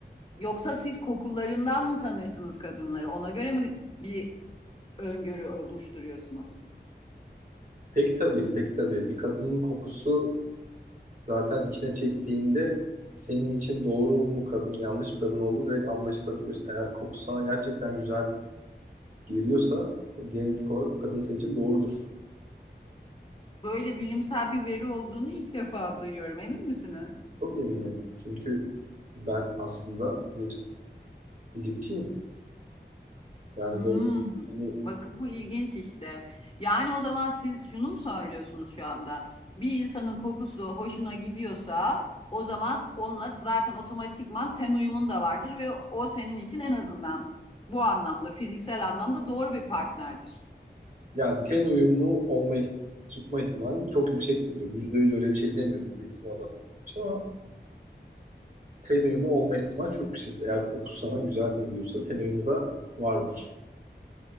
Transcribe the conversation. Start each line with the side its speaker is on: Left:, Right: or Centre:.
Left: Yoksa siz kokularından mı tanırsınız kadınları? Ona göre mi bir öngörü oluşturuyorsunuz?
Right: pek tabii pek tabii bir kadının kokusu zaten içine çektiğinde senin için doğru mu kadın yanlış bir kadın olduğu direkt anlaşılabilir. Eğer kokusu sana gerçekten güzel geliyorsa o genetik olarak o kadın senin için doğrudur.
Left: Böyle bilimsel bir veri olduğunu ilk defa duyuyorum. Emin misiniz?
Right: Çok eminim çünkü ben aslında bir fizikçiyim. Yani
Left: Hmm,
Right: böyle hani,
Left: bakın bu ilginç işte. Yani o zaman siz şunu mu söylüyorsunuz şu anda? Bir insanın kokusu hoşuna gidiyorsa o zaman onunla zaten otomatikman ten uyumun da vardır ve o senin için en azından bu anlamda fiziksel anlamda doğru bir partnerdir.
Right: yani ten uyumu olma iht- tutma ihtimali çok yüksektir diyorum. Yüzde yüz öyle bir şey demiyorum bir bilim adamı olduğum için ama ten uyumu olma ihtimali çok yüksektir. Eğer kokusu sana güzel geliyorsa ten uyumu da vardır.